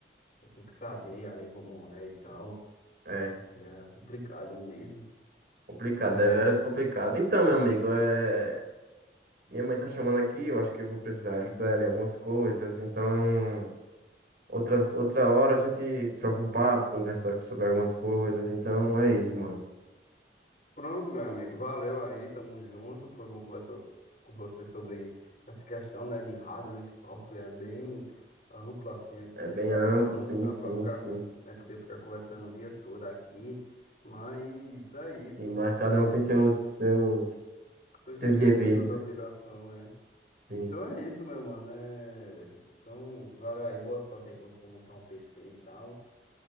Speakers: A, on the left; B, on the right.
A: Você tem que saber ali como é e tal.
B: é.
A: E é complicado mesmo.
B: Complicado,
A: É,
B: deveras complicado. Então, meu amigo, é... minha mãe tá chamando aqui, eu acho que eu vou precisar ajudar ela em algumas coisas. Então, outra, outra hora a gente troca um papo, conversa sobre algumas coisas. Então, é isso, mano.
A: pronto, meu amigo. Valeu aí, tamo junto. Foi bom conversar com você sobre essa questão, né, de hardware e software. É bem amplo assim esse,
B: É
A: esse
B: bem amplo,
A: assunto.
B: sim,
A: Dá
B: sim,
A: pra ficar,
B: sim.
A: né, poder ficar conversando o dia todo aqui. Mas é isso.
B: Sim, mas
A: É,
B: cada um tem seus, seus,
A: seus
B: seus
A: deveres,
B: deveres,
A: né, suas obrigações,
B: né?
A: né?
B: Sim,
A: Então
B: sim.
A: é isso, meu mano. É, Então, valeu aí. Boa sorte aí quando for montar um PC e tal.